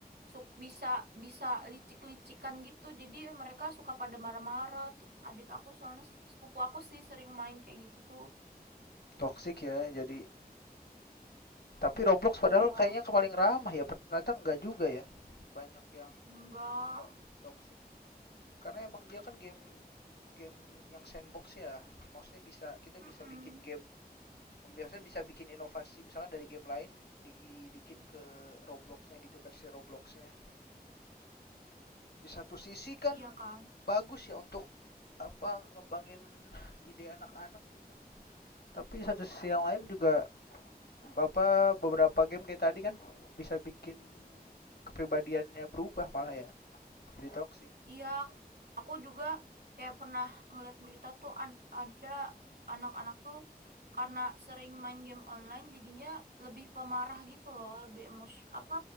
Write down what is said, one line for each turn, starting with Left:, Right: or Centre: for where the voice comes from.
Right: su- bisa bisa licik-licikan gitu. Jadi mereka suka pada marah-marah. Tuh adik aku soalnya s- sepupu aku sih sering main kayak gitu tuh.
Left: Toxic ya, jadi Tapi Roblox padahal
Right: Iya,
Left: kayaknya paling ramah ya, ternyata enggak juga ya. Banyak yang
Right: enggak.
Left: juga toxic. Karena emang dia kan game game yang sandbox ya. Maksudnya bisa kita
Right: Mm-mm.
Left: bisa bikin game biasanya bisa bikin inovasi misalnya dari game lain dibikin ke Robloxnya gitu versi Robloxnya. Di satu sisi kan
Right: Iya kan.
Left: bagus ya untuk apa ngembangin ide anak-anak gitu. Tapi satu sisi yang lain juga Bapak beberapa game kayak tadi kan bisa bikin kepribadiannya berubah malah ya. Jadi toksik.
Right: Iya, aku juga kayak pernah ngeliat berita tuh an- ada anak-anak tuh karena sering main game online jadinya lebih pemarah gitu loh, lebih emos apa